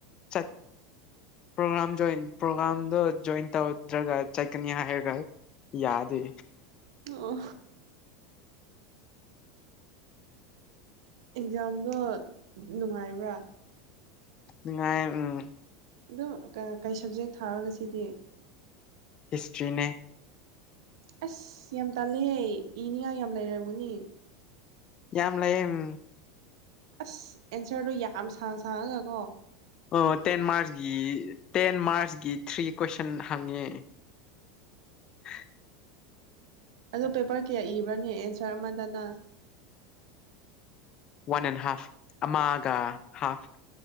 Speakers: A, on the left (about 30°); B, on the right (about 80°).
A: ꯆꯠ ꯄ꯭ꯔꯣꯒ꯭ꯔꯥꯝ ꯖꯣꯏꯟ ꯄ꯭ꯔꯣꯒ꯭ꯔꯥꯝꯗꯣ ꯖꯣꯏꯟ ꯇꯧꯗ꯭ꯔꯒ ꯆꯥꯠꯀꯅꯤ ꯍꯥꯏꯔꯒ ꯌꯥꯗꯦ
B: ꯑꯣ ꯑꯦꯛꯖꯥꯝꯗꯣ ꯅꯨꯡꯉꯥꯏꯕ꯭ꯔꯥ
A: ꯅꯨꯡꯉꯥꯏ ꯎꯝ
B: ꯑꯗꯨꯝ ꯀꯩ ꯁꯕꯖꯦꯛ ꯊꯥꯔꯒ ꯁꯤꯗꯤ
A: ꯍꯤꯁꯇ꯭ꯔꯤꯅꯦ
B: ꯑꯁ ꯌꯥꯝ ꯇꯥꯜꯂꯍꯦ ꯏꯅꯤꯉꯥꯏ ꯌꯥꯝ ꯂꯩꯔꯝꯒꯅꯤ
A: ꯌꯥꯝ ꯂꯩꯌꯦ ꯎꯝ
B: ꯑꯁ ꯑꯦꯟꯁꯔꯗꯨꯣ ꯌꯥꯝ ꯁꯥꯡ ꯁꯥꯡꯉꯒ ꯀꯣ
A: ꯑꯣ ꯇꯦꯟ ꯃꯥꯔꯁꯀꯤ ꯇꯦꯟ ꯃꯥꯔꯁꯀꯤ ꯊ꯭ꯔꯤ ꯀꯣꯏꯁꯟ ꯍꯪꯉꯦ <inaudible>
B: ꯑꯗ ꯄꯦꯄꯔ ꯀꯌꯥ ꯏꯕ꯭ꯔꯅꯦ ꯑꯦꯟꯁꯔ ꯑꯃꯗꯅ
A: ꯋꯥꯟ ꯑꯦꯟ ꯍꯥꯐ ꯑꯃꯒ ꯍꯥꯐ